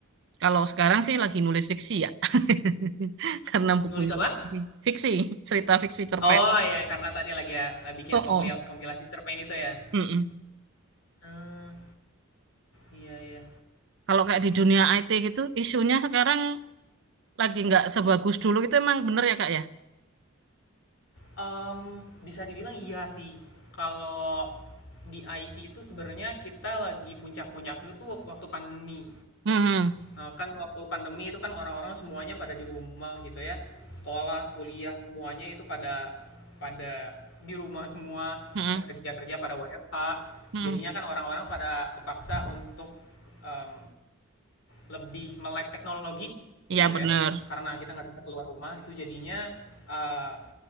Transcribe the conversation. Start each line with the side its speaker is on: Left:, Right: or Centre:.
Right: Kalau sekarang sih lagi nulis fiksi ya. <laughs> Karena bukunya
Left: Nulis apa?
Right: fiksi, Fiksi, cerita fiksi cerpen.
Left: Oh, ya karena tadi lagi ya, la bikin
Right: Oh,
Left: komplia
Right: oh.
Left: kompilasi cerpen itu ya?
Right: Mm-mm.
Left: Ah, iya iya.
Right: Kalau kayak di dunia IT gitu, isunya sekarang lagi nggak sebagus dulu itu emang bener ya Kak ya?
Left: Mmm, bisa dibilang iya sih. Kalau di IT itu sebenarnya kita lagi puncak-puncaknya tuh waktu pandemi.
Right: Hmm,
Left: Eee, kan waktu pandemi itu kan orang-orang semuanya pada di rumah gitu ya. Sekolah, kuliah, semuanya itu pada pada di rumah semua,
Right: hmm,
Left: kerja-kerja pada WFH.
Right: Mm-mm.
Left: Jadinya kan orang-orang pada kepaksa untuk, mmm, lebih melek teknologi
Right: Iya
Left: gitu ya,
Right: bener.
Left: karena kita nggak bisa keluar rumah itu jadinya, eee